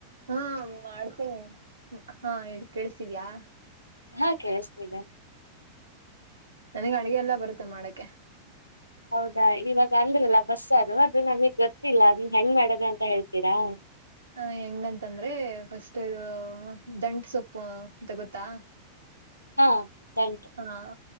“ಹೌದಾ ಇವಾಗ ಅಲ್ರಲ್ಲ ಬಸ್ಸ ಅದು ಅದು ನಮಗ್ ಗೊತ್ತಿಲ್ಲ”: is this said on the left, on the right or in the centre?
Left